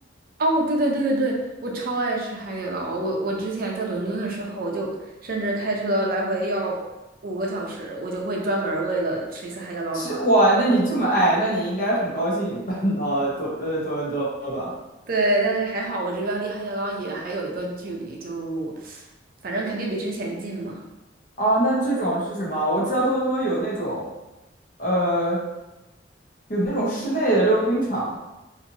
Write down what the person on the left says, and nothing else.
吃哇，那你这么爱，那你应该很高兴搬到多呃多伦多吧？
啊，那这种是什么？我知道多伦多有那种，呃，有那种室内的溜冰场。